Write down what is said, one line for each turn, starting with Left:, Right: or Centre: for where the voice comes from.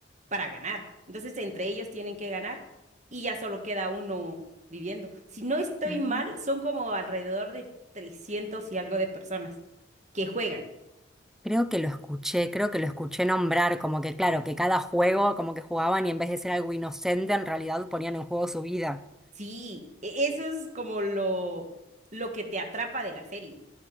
Right: para ganar. Entonces, entre ellos tienen que ganar y ya solo queda uno viviendo. Si no estoy
Centre: Ah.
Right: mal, son como alrededor de 300 y algo de personas que juegan.
Centre: Creo que lo escuché, creo que lo escuché nombrar, como que claro, que cada juego como que jugaban y en vez de ser algo inocente, en realidad ponían en juego su vida.
Right: Sí, e- eso es como lo, lo que te atrapa de la serie.